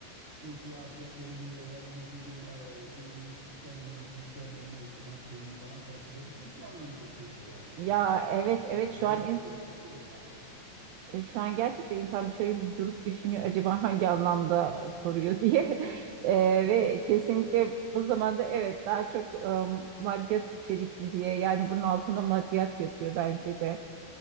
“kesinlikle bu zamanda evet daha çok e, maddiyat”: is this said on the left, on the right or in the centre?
Right